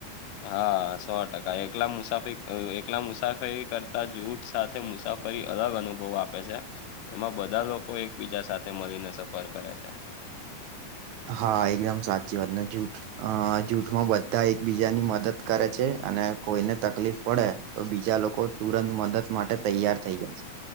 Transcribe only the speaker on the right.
હા એકદમ સાચી વાત જૂઠ અ જૂઠમાં બધા એકબીજાની મદદ કરે છે અને કોઈને તકલીફ પડે તો બીજા લોકો તુરંત મદદ માટે તૈયાર થઈ જાય છે.